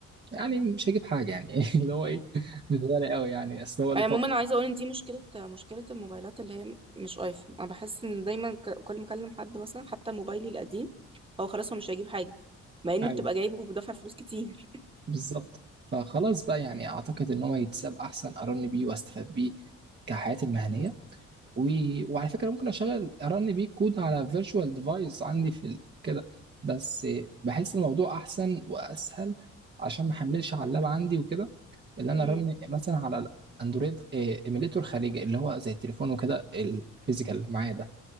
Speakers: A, on the right; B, on the right.
A: يعني مش هجيب حاجة يعني <laughs> اللي هو ايه مش غالي قوي يعني اصل هو له
B: آه، عموما
A: فترة
B: عايزه اقول ان دي مشكله مشكله الموبايلات اللي هي مش ايفون انا بحس ان دايما ك- كل ما اكلم حد مثلا حتى موبايلي القديم هو خلاص هو مش هيجيب حاجه مع ان
A: ايوه
B: بتبقى جايبه بدفع فلوس كتير
A: بالظبط فخلاص بقى يعني اعتقد ان هو يتساب احسن ارن بيه واستفاد بيه كحياتي المهنية و... وعلى فكرة ممكن اشغل ارن بيه كود على فيرتشوال ديفايس عندي في ال... كده بس بحس الموضوع احسن واسهل عشان ما احملش على اللاب عندي وكده اللي انا
B: امم
A: رن مثلا على اندرويد آه، ايميليتور خارجي اللي هو زي التليفون وكده الفيزيكال معايا ده